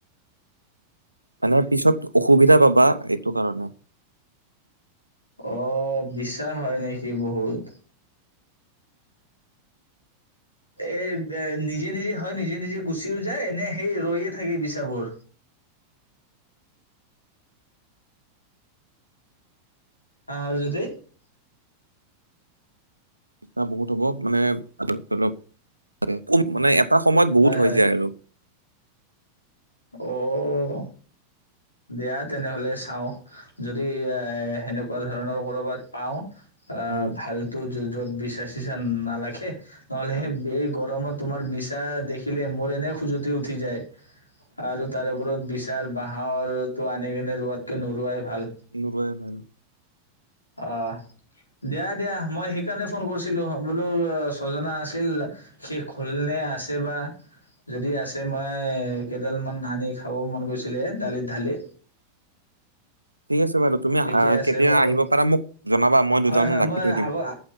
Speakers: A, on the right; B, on the left.
A: মানে পিছত অসুবিধা পাবা এইটো কাৰণত
B: অ', বিছা হয় নেকি বহুত? এ বে নিজে নিজে হয় নিজে নিজে গুচিও যায়, এনে সেই ৰৈয়ে থাকে বিচাবোৰ। <inaudible>
A: <unintelligible> বহুত হ'ব, মানে অলপ অলপ। <unintelligible> এটা সময়ত বহুত
B: হয় হয়
A: হৈ যায় আৰু।
B: অ' দিয়া তেনেহলে চাওঁ। যদি এ, সেনেকুৱা ধৰণৰ কৰ'বাত পাওঁ আ,
A: উম
B: ভালতো য-য'ত বিছা চিছা নালাগে। নহলে
A: উম
B: হেই বেই গৰমত তোমাৰ বিচা দেখিলে মোৰ এনে খোজতি উঠি যায়। আৰু তাৰ ওপৰত বিচাৰ বাঁহটো <unintelligible> টো আনি কেনে ৰোৱাত কে নোৰুৱা ভাল।
A: নোৰোৱাই ভাল
B: অ' দিয়া দিয়া, মই সেইকাৰণে ফোন কৰিছিলোঁ বোলো ছজনা আছিল, শেষ হলনে আছে বা! যদি আছে মই কেইডাল মান আনি খাব মন গৈছিলে দালিত ধালি।
A: ঠিক আছে বাৰু তুমি
B: ঠিকে
A: আহ
B: আছে
A: কেতিয়া
B: বাৰু।
A: আহিব পাৰা মোক জনাবা মই দুডালমান
B: হয়, হয়
A: ৰাখি
B: মই
A: থৈ দিম
B: আগ,